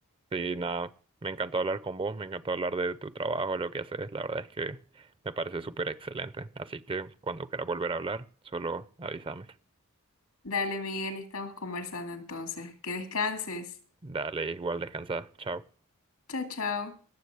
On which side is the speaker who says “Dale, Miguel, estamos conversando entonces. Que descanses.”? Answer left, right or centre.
Left